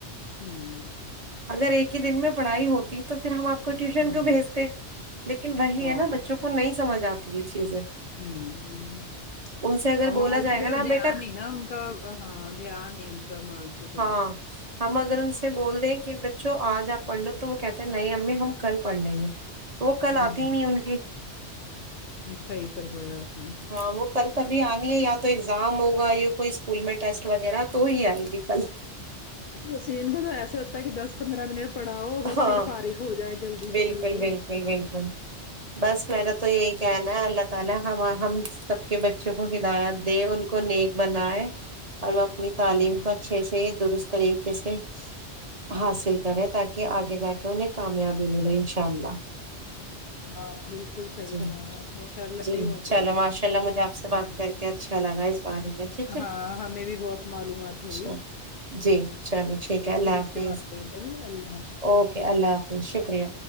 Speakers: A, on the left (about 60°); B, on the right (about 35°).
A: ہوں
B: اگر ایک ہی دن میں پڑھائی ہوتی تو پھر ہم آپ کو ٹیوشن
A: ہوں
B: کو بھیجتے لیکن وہی
A: ہاں
B: ہے نا بچوں کو نہیں سمجھ آتی یہ چیزیں
A: ہوں
B: ان سے اگر
A: ہمم
B: بولا
A: مال
B: جائے
A: کی طرف
B: گا نا
A: دھیان
B: بیٹا
A: ہی نا ان کا ہاں دھیان نہیں ان کا مال کی طرف
B: ہاں ہم اگر ان سے بول دیں کہ بچوں آج آپ پڑھ لو تو وہ کہتے ہیں نہیں امی ہم کل پڑھ لیں گے وہ کل
A: ہوں
B: آتی ہی نہیں ان کی
A: صحیح فرمایا آپ نے
B: ہاں وہ کل سبھی آنی ہے یا تو ایگزام ہوگا یا کوئی اسکول میں ٹیسٹ وغیرہ تو ہی آئے گی کل
A: بس ان کو تو ایسے ہوتا ہے کہ دس پندرہ منٹ پڑھاؤ بس
B: ہاں
A: پھر فارغ ہو جائے جلدی سے
B: بالکل
A: جلدی
B: بالکل بالکل بس میرا تو یہی کہنا ہے اللہ تعالی ہما ہم سب کے بچوں کو ہدایت دے ان کو نیک بنائے اور وہ اپنی تعلیم
A: ہاں
B: کو اچھے سے درست طریقے سے حاصل کریں تا کہ آگے جا کے انہیں کامیابی ملے انشاء اللہ
A: ہاں بالکل صحیح
B: جی
A: فرمایا آپ نے ان شاء اللہ
B: جی
A: صحیح ہونا چاہیے
B: چلو ماشاء اللہ مجھے آپ سے
A: ہ
B: بات کر کے اچھا لگا اس بارے میں ٹھیک ہے
A: ہاں ہمیں بھی بہت معلومات
B: اچھا
A: ہوئی
B: جی
A: ہاں
B: ٹھیک
A: چلو
B: ہے اللہ
A: پھر اس
B: حافظ
A: سے بات کرے کبھی اللہ حا
B: اوکے اللہ حافظ شکریہ